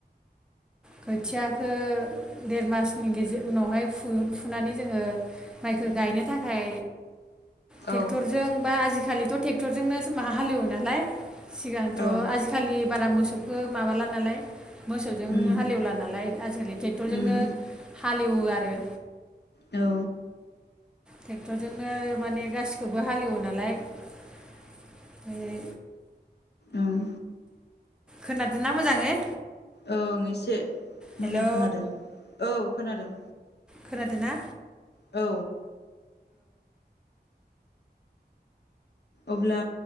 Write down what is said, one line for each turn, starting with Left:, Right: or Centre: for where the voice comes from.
Centre: खोथियाखौ देर मासनि गेजेर उनावहाय फु-फुनानै जोङो माइखो गायनो थाखाय ट्रेक्टरजों
Left: औ
Centre: बा आजिखालि ट्रेक्टरजोंनो मा हालेवो नालाय। सिगांथ
Left: औ
Centre: आजिखालि बारा मोसौखौ माबाला नालाय मोसौजोंनो
Left: उम
Centre: हालेवला नालाय आजिखालि ट्रेक्टरजोंनो
Left: उम
Centre: हालेवो आरो।
Left: औ
Centre: ट्रेक्टरजोंनो माने गासिखौबो हालेवो नालाय ओफ्राय।
Left: ओं
Centre: खोनादोंना मोजाङै?
Left: ओं एसे
Centre: हेलौ
Left: मोजां खोनादों औ खोनादों।
Centre: खोनादों ना?
Left: औ अब्ला